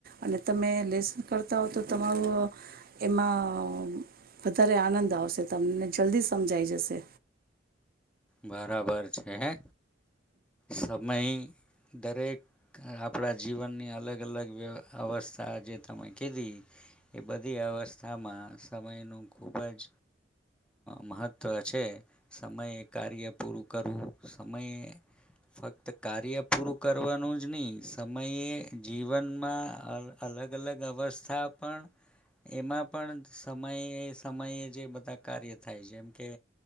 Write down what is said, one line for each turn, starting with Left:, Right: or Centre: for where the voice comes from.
Right: અને તમે લેસન કરતા હો તો તમારું એમાં વધારે આનંદ આવશે તમને જલ્દી સમજાઈ જશે.
Centre: બરાબર છે હે. સબ અહી દરેક આપણા જીવનની અલગ અલગ વ્ય અવસ્થા જે તમે કીધી, એ બધી અવસ્થામાં સમયનું ખૂબ જ મહત્ત્વ છે. સમયે કાર્ય પૂરું કરવું સમયે, ફક્ત કાર્ય પૂરું કરવાનું જ નહીં સમયે જીવનમાં અલગ અલગ અવસ્થા પણ, એમાં પણ સમયે સમયે જે બધા કાર્ય થાય જેમ કે